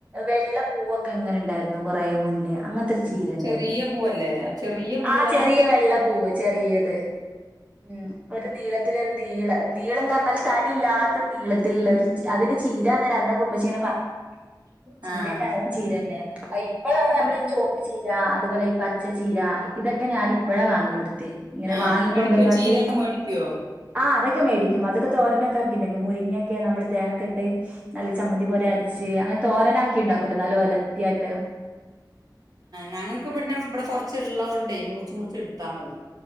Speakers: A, on the right; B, on the right.
A: വെള്ളപ്പൂവൊക്കെ എങ്ങനെ ഉണ്ടായിരുന്നു കൊറേ
B: പൂവ്‌ല്
A: മുന്നേ അങ്ങനെതൊരു
B: ആഹ്
A: ചീര
B: ആഹ്
A: ണ്ടായിരുന്നു
B: ചെറിയ പൂവല്ലേ ആ ചെറിയ പൂവുള്ളതാ
A: ആഹ് ചെറിയ വെള്ള പൂവ് ടിയത് ഉം ഒരു നീളത്തില ഒരു നീള് നീളന്ന് പറഞ്ഞാല് തടി ഇല്ലാത്ത നീളത്തി ഒരു അതിന് ചീരാ തന്നെ അന്ന് <unintelligible>
B: <inaudible>
A: ചീരന
B: ആഹ്
A: ചീരന്നെ ഇപ്പോഴാണ് നമ്മള ഈ ചോപ്പ് ചീര അതുപോലെ ഈ പച്ചച്ചീര ഇതൊക്കെ ഞാൻ ഇപ്പഴാ കാണലോടു ഇങ്ങനെ
B: ആഹ്
A: വാങ്ങിക്കൊണ്ടുവന്നട്ട്
B: മേടിക്കോ ചീരയൊക്കെ മേടിക്കോ
A: ആഹ അതൊക്ക മേടിക്കും അതൊക്കെ തോരൊക്കെ ഉണ്ടാക്കി മുരിങ്ങക്കെമ്മള് തേങ്ങക്ക ട്ട് നല്ല ചമ്മന്തി പോലെ അരച്ച് അങ്ങനെ തോരനാക്കി ഉണ്ടാക്കല്ലോ നല്ല ഒലത്തി ആായിട്ട്
B: ഞങ്ങൾക്ക് പിന്നെ ഇവിടെ കുറച്ച് ള്ളകൊണ്ടേ മുറിച്ച് മുറിച്ച് എടുത്താൽ മതി.